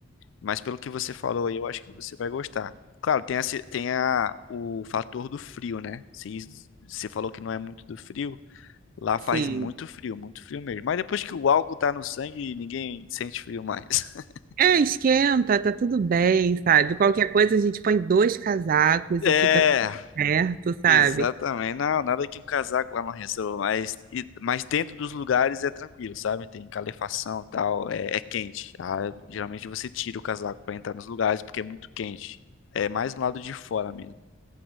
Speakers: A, on the left; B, on the right.
A: Mas pelo que você falou aí, eu acho que você vai gostar. Claro, tem, a, ci- tem a- o fator do frio, né? Você, você falou que não é muito do frio. Lá faz
B: Sim.
A: muito frio, muito frio mesmo. Mas depois que o álcool tá no sangue, ninguém sente frio mais. <laughs>
B: É, esquenta, tá tudo bem, sabe? Qualquer coisa a gente põe dois casacos
A: É,
B: e fica tudo certo, sabe?
A: exatamente. Não, nada que um casaco lá não resolva. Mas, e- mas dentro dos lugares é tranquilo, sabe? Tem calefação e tal, é, é quente. Ah, geralmente você tira o casaco pra entrar nos lugares porque é muito quente. É mais no lado de fora mesmo.